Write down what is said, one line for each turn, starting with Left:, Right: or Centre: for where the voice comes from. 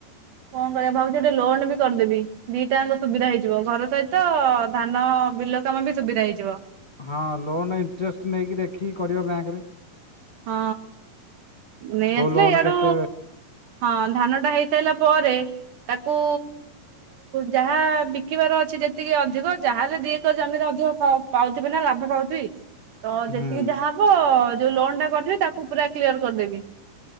Right: କଣ କରିବା ଭାବୁଛି ଗୋଟେ ଲୋନ ବି କରିଦେବି ଦିଟା ଯାକଙ୍କସୁବିଧା ହେଇଯିବ ଘର ସହିତ ଧାନ ବିଲ କାମ ବି ସୁବିଧା ହେଇଯିବ
Left: ହଁ ଲୋନ୍ ଇଣ୍ଟରେଷ୍ଟ ନେଇକି ଦେଖିକି କରିବ ବ୍ୟାଙ୍କ ରେ
Right: ହଁ ନେଇ
Left: କୋଉ
Right: ଆସିଲେ
Left: ଲୋନ
Right: ଇଆଡୁ
Left: କେତେ
Right: ହଁ ଧାନ ଟା ହେଇସାରିଲା ପରେ ତାକୁ ଯାହା ବିକିବାର ଅଛି ଯେତିକି ଅଧିକ ଯାରେ ତ ଜମିରେ ଅଧିକ ପାଉଥିବେ ନା ଲାଭ ପାଉଥିବି ତ
Left: ହୁଁ।
Right: ଯେତିକି ଯାହାହବ ଯୋଉ ଲୋନ ଟା କରିଥିବି ତାକୁ ପୁରା କ୍ଲିଅର କରିଦେବି